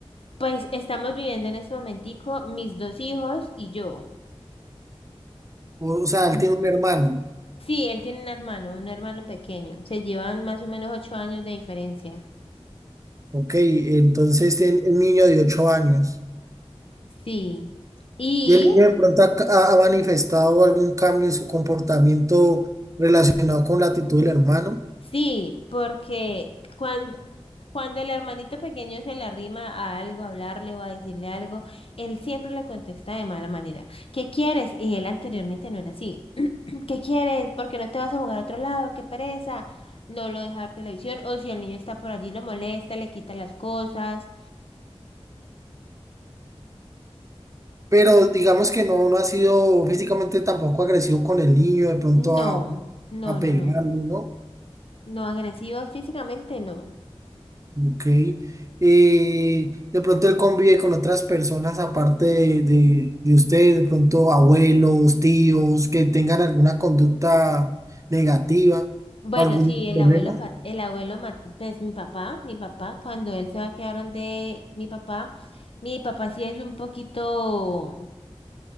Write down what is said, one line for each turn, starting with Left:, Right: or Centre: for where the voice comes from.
Left: Pues estamos viviendo en este momentico mis dos hijos y yo.
Right: O, o sea, él
Left: Mm,
Right: tiene un hermano,
Left: Sí, él tiene un hermano, un hermano pequeño. Se llevan más o menos ocho años de diferencia.
Right: ok, entonces
Left: Eh,
Right: tiene un niño de 8 años.
Left: Sí. Y
Right: Y el niño de pronto ha, ha- ha manifestado algún cambio en su comportamiento relacionado con la actitud del hermano,
Left: sí, porque cuando, cuando el hermanito pequeño se le arrima a algo, a hablarle o a decirle algo, él siempre le contesta de mala manera. ¿Qué quieres? Y él anteriormente no era así. ¿Qué quieres? ¿Por qué no te vas a jugar a otro lado? ¡Qué pereza! No lo deja ver televisión o si el niño está por allí lo molesta, le quita las cosas.
Right: pero digamos que no, no ha sido físicamente tampoco agresivo con el niño, de pronto
Left: No,
Right: a,
Left: no,
Right: a pegarlo,
Left: no, no.
Right: ¿no?
Left: No agresivos físicamente, no.
Right: Ok. Eh, de pronto él convive con otras personas aparte de, de, de usted, de pronto abuelos, tíos, que tengan alguna conducta negativa
Left: Bueno,
Right: o algún
Left: sí, el
Right: problema.
Left: abuelo, pa- el abuelo, ma- pues mi papá, mi papá, cuando él se va a quedar donde mi papá, mi papá sí es un poquito